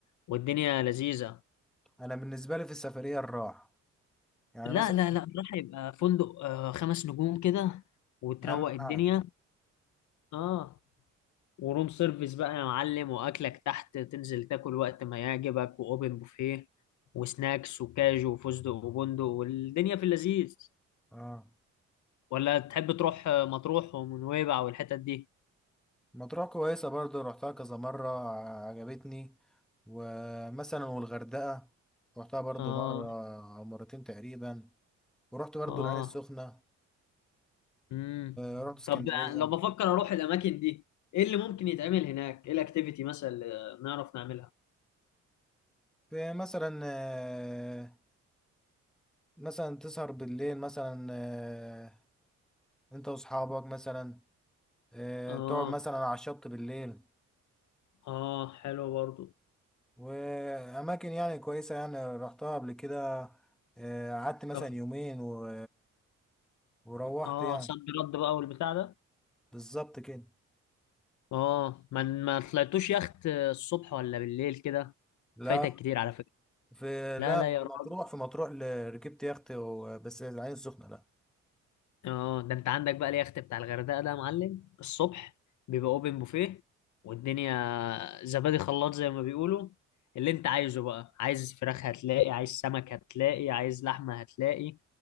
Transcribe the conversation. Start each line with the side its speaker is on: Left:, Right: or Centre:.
Left: والدنيا لذيذة
Centre: انا بالنسبه لي في السفريه الراحه يعني
Left: لا
Centre: مثلا
Left: لا لا راح يبقى فندق آه، خمس نجوم كده وتروق
Centre: اهم حاجه
Left: الدنيا اه وروم سيرفيس بقى يا معلم واكلك تحت تنزل تاكل وقت ما يعجبك واوبن بوفيه وسناكس وكاجو وفستق وبندق والدنيا في اللذيذ
Centre: اه
Left: ولا تحب تروح مطروح ونويبع والحتت دي
Centre: مطروح كويسه برضو رحتها كذا مره عجبتني ومثلا والغردقه رحتها برضو
Left: اه
Centre: مره او مرتين تقريبا ورحت برضو
Left: اه
Centre: العين السخنه
Left: امم
Centre: ورحت اسكندريه
Left: طب لو بفكر اروح الاماكن دي ايه اللي ممكن يتعمل هناك ايه الاكتيفيتي مثلا اللي نعرف نعملها
Centre: في مثلا آه، مثلا تسهر بالليل مثلا آه، انت واصحابك مثلا آه،
Left: اه
Centre: تقعد مثلا على الشط بالليل
Left: اه حلو برضو
Centre: وأماكن يعني كويسة يعني رحتها قبل كده آه، قعدت مثلا
Left: كف
Centre: يومين و... وروحت
Left: اه
Centre: يعني
Left: صد رد بقى والبتاع ده
Centre: بالظبط كده
Left: اه ما ما طلعتوش يخت الصبح ولا بالليل كده
Centre: لا
Left: فايتك كتير على فكرة
Centre: في
Left: لا
Centre: لا
Left: لا يا
Centre: في
Left: راجل
Centre: مطروح في مطروح ل- ركبت يخت و... بس العين السخنة لا
Left: اه ده انت عندك بقى اليخت بتاع الغردقة ده يا معلم الصبح بيبقى اوبن بوفيه والدنيا زبادي خلاط زي ما بيقولوا اللي انت عايزه بقى عايز فراخ هتلاقي عايز سمك هتلاقي عايز لحمة هتلاقي